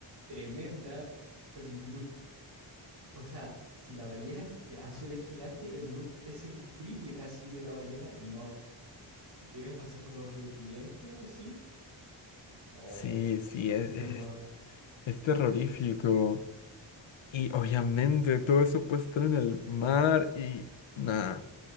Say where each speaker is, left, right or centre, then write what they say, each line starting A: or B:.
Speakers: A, on the right; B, on the left.
A: tremenda con el bloop. O sea, si la ballena gi- eh, azul es gigante, el bloop es el triple casi de la ballena y no, tienes razón como su diente así. Oh,
B: Sí, sí, es,
A: qué terror.
B: es, es terrorífico. Y obviamente todo eso puede estar en el mar y. Nada.